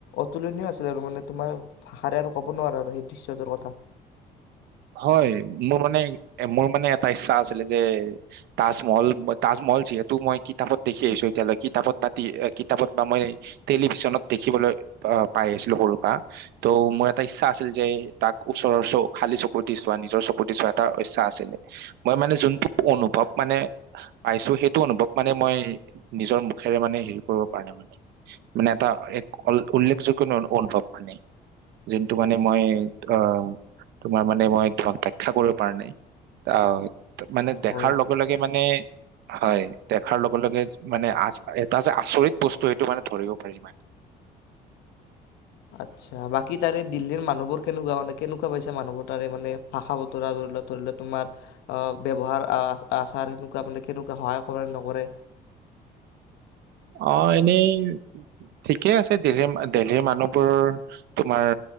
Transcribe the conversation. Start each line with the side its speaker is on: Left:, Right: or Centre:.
Left: অতুলনীয় আছিল আৰু মানে তোমাৰ ভাষাৰে আৰু ক'ব নোৱাৰা আৰু সেই দৃশ্যটোৰ কথা।
Right: হয় মোৰ মানে, মোৰ মানে এটা ইচ্ছা আছিলে যে তাজমহল, তাজমহল যিহেতু মই কিতাপত দেখি আহিছোঁ এতিয়ালৈকে। কিতাপত বাতি কিতাপত বা মই টেলিভিচনত দেখিবলৈ আহ পাই আহিছিলো সৰু পা। ত' মোৰ এটা ইচ্ছা আছিল যে, তাক ওচৰৰ খালী চ কু দি চোৱা, নিজৰ চকুদি চোৱা এটা ইচ্ছা আছিলে। মই মানে যোনটো অনুভৱ মানে পাইছো, সেইটো অনুভৱ মানে মই নিজৰ মুখেৰে মানে হেৰি কৰিব পৰা নাই মানে। মানে এটা এক উল্লেখযোগ্য অনুভৱ মানে। যিহেটো মানে মই অহ তোমাৰ মানে মই ধৰক ব্যখ্যা কৰিব পৰা নাই। আহ মানে দেখাৰ
Left: হয়
Right: লগে লগে মানে হয়। দেখাৰ লগে লগে মানে আ এটা যে আচৰিত বস্তু সেইটো মানে ধৰিব পাৰি ইমান।
Left: আচ্ছা। বাকী তাৰে দিল্লীৰ মানুহবোৰ কেনেকুৱা মানে কেনেকুৱা পাইছে মানুহবোৰ তাৰে মানে ভাষা বতৰা ধৰিল ধৰি লোৱা তোমাৰ আহ ব্যৱহাৰ আহ আচাৰ সেনেকুৱা মানে কেনেকুৱে সহায় কৰে নকৰে?
Right: অ এনেই ঠিকেই আছে দেল্হীৰ দেল্হীৰ মানুহবোৰ। তোমাৰ